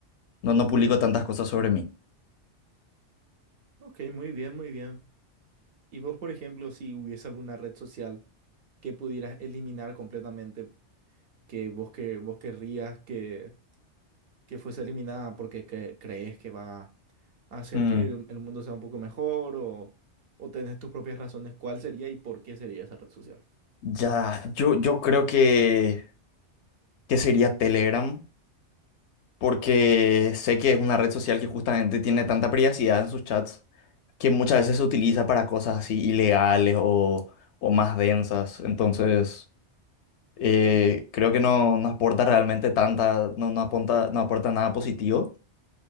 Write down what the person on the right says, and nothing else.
Ok, muy bien, muy bien. Y vos, por ejemplo, si hubiese alguna red social que pudieras eliminar completamente, que vos, que, vos querrías que, que fuese eliminada porque cre- crees que va a hacer
que el, el mundo sea un poco mejor o, o tenés tus propias razones, ¿cuál sería y por qué sería esa red social?